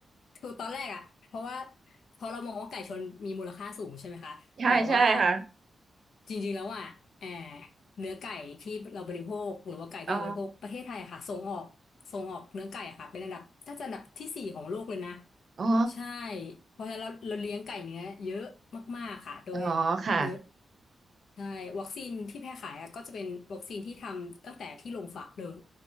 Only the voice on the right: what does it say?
ใช่ใช่ค่ะ
อ๋ออ๋อ
อ๋อค่ะ